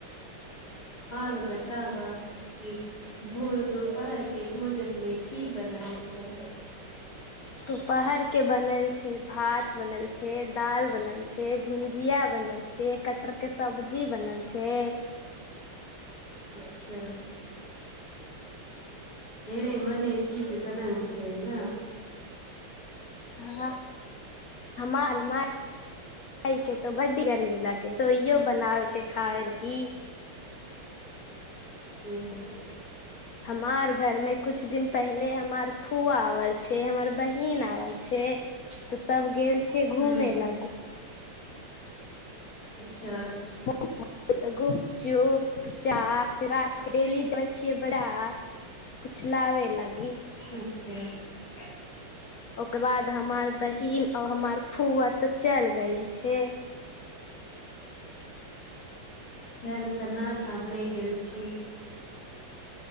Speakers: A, on the left; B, on the left.
A: आरू बताव एक। भोर दूपहर। के भोजनमे। की बनल छै।
B: दुपहर के बनल छै भात बनल छै। छै दाल बनल छै भुजिया बनल छै कटर के सब्जी बनल छै।
A: अच्छा। ढेरे मने चीज बनल छै ने।
B: हँ हमारमे। के तो बड्डी गर्मी लगे। बनाबै। छै खावल घी।
A: ह
B: हमार घर में कुछ दिन पहले हमार फूआ आवल छै हमर बहिन आवल छै तऽ सब गेल छ
A: ह
B: घूमे लागि
A: अच्छा
B: तग। <unintelligible> चोप छाप। डेली जाबे छियै बड़ कुछ लाबे लागे।
A: अच्छा ह
B: ओकर बाद हमर बहिन आ हमार फूआ तऽ चल ग छै।
A: ह इ सन्नाटा आ भए गेल छै